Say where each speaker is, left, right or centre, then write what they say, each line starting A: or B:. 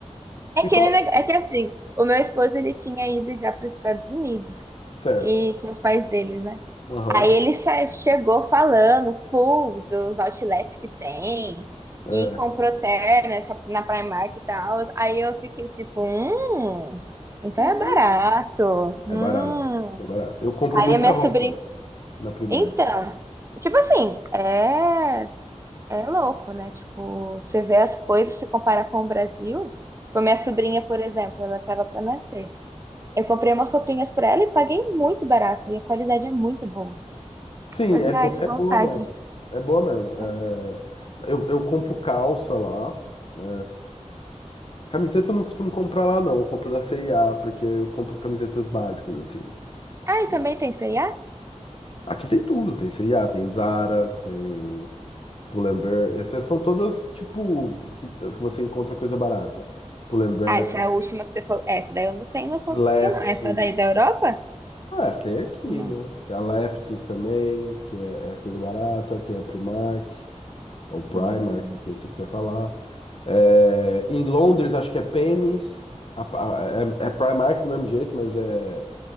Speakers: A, on the right (about 25°); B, on the left (about 50°).
A: É aquele,
B: E qual?
A: neg- é que assim, o meu esposo ele tinha ido já para os Estados Unidos
B: Certo.
A: e com os pais deles, né?
B: Aham.
A: Aí ele sa- chegou falando full dos outlets que tem
B: É.
A: e comprou terno essa- na Primark e tal. Aí eu fiquei tipo, hum, então
B: Hum.
A: é barato. Hum.
B: É barato. É barato. Eu compro
A: Aí
B: muita
A: a minha
B: roupa
A: sobrinha,
B: na Primark.
A: então, tipo assim, é, é louco, né? Tipo, você vê as coisas, se compara com o Brasil. Tipo, a minha sobrinha, por exemplo, ela tava pra nascer. Eu comprei umas roupinhas pra ela e paguei muito barato e a qualidade é muito boa.
B: Sim,
A: Mas,
B: é, bo
A: ai, que
B: é
A: vontade.
B: boa mesmo. É boa mesmo.
A: Nossa.
B: É, Eu, eu compro calça lá. é, Camiseta eu não costumo comprar lá, não. Eu compro na C&A, porque eu compro camisetas básicas, assim.
A: Ah,
B: Tipo,
A: e também tem C&A?
B: aqui tem tudo. Tem C&A, tem Zara, tem Pull&Bear, essas são todas tipo que você encontra coisa barata. Pull&Bear,
A: Ah, essa é a última que você falou. É, Essa daí eu não tenho noção do
B: Lefties.
A: que que é, não. Essa daí da Europa?
B: É, tem aqui,
A: Ou não?
B: né? Tem a Lefties também, que é, é coisa barata. Tem a Primark, ou Primark,
A: Hum,
B: do jeito que você quiser falar. É, em Londres, acho que é Pennies. A- a- é, é Primark do mesmo jeito, mas é,